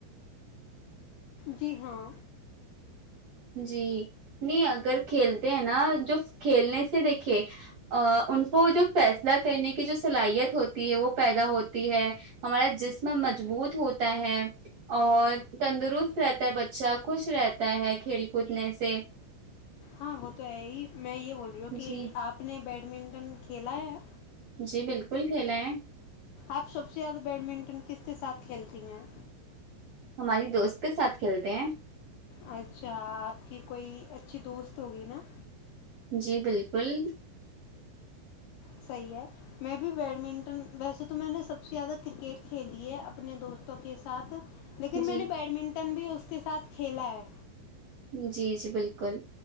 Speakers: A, on the left (about 75°); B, on the right (about 55°).
A: جی ہاں
B: جی نہیں اگر کھیلتے ہیں نا جو کھیلنے سے دیکھے ا ان کو جو فیصلہ کرنے کی جو صلاحیت ہوتی ہے وہ پیدا ہوتی ہے ہمارا جسم مضبوط ہوتا ہے اور تندرست رہتا ہے بچہ خوش رہتا ہے کھیل کودنے سے
A: ہاں وہ تو ہے ہی میں یہ بول رہی ہوں کہ
B: جی
A: آپ نے بیڈمنٹن کھیلا ہے
B: جی بالکل کھیلا ہے
A: آپ سب سے زیادہ بیڈمنٹن کس کے ساتھ کھیلتی ہیں
B: ہماری دوست کے ساتھ کھیلتے ہیں
A: اچھا آپ کی کوئی اچھی دوست ہوگی نا
B: جی بالکل
A: صحیح ہے میں بھی بیڈمنٹن ویسے تو میں نے سب سے زیادہ کرکٹ کھیلی ہے اپنے دوستوں کے ساتھ لیکن
B: جی
A: میں نے بیڈمنٹن بھی اس کے ساتھ کھیلا ہے
B: جی جی بالکل